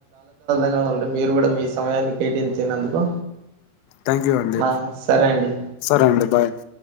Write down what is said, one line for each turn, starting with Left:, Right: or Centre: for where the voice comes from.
Right: హాలో మీరు కూడా మీ సమయాన్ని కేటయించినందుకు
Left: థ్యాంక్ యూ అండి
Right: న సరే అండి
Left: సరే అండి బాయ్ అండి